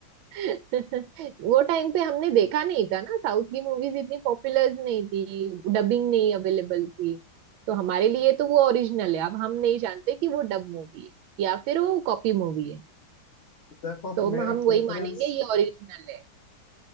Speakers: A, on the right; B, on the left.
A: <laughs> वो टाइम पे हमने देखा नहीं था ना साउथ की मूवीज इतनी पॉपुलर नहीं थी डबिंग नहीं अवेलेबल थी तो हमारे लिए तो वो ओरिजिनल है अब हम नहीं जानते कि वो डब मूवी है या फिर वो कॉपी मूवी है
B: देखो
A: तो
B: मेरा
A: हम वही
B: प्रेफरेंस
A: मानेंगे ये ओरिजिनल है